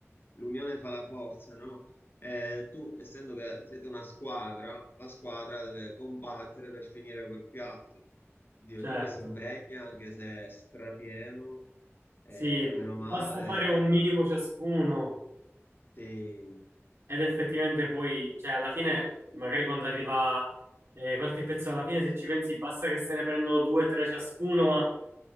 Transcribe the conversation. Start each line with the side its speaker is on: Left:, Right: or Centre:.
Left: l'unione fa la forza, no? Eh, tu, essendo che siete una squadra, la squadra deve combattere per finire quel piatto. Di ognuno
Right: Certo,
Left: si impegna, anche se è strapieno, eh,
Right: sì,
Left: bene o
Right: basta
Left: male.
Right: fare un minimo ciascuno
Left: Sì,
Right: ed effettivamente poi, cioè alla fine, magari quando arriva eh, qualche pezzo alla fine, se ci pensi, basta che se ne prendono due, tre ciascuno, ma